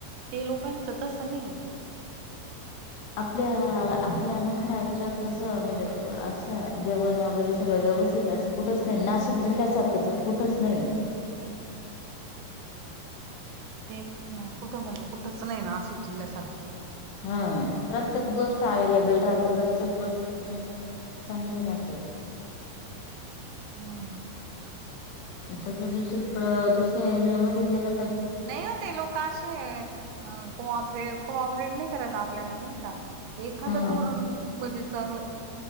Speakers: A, on the right (about 80°); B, on the left (about 75°).
A: ते लोकांचं तसं नाही. <inaudible>
B: आपल्या आपल्या महाराष्ट्रात जसं म्हणजे असं जेवण वगैरे सगळं व्यवस्थि त असं कुठंच नाही नाशिक जिल्ह्यासारखंच कुठंच नाही‌.
A: तेच न कुठं म्हणजे कुठंच नाही नाशिक जिल्ह्यासारखं.
B: ह प्रत्येक गोष्ट अवेलेबल राहते प्रत्येक गोष्ट एकदम चांगले राहते अस.
A: <inaudible> हम्म.
B: तसं दुसरीकडं दुसऱ्या एरियामध्ये गेला
A: नाही ना ते लोके असे आहे. अ कोऑपरे-कोऑपरेट नाही करत आपल्याला नाही का एखाद
B: हा
A: दोर म्हणजे चांगलय.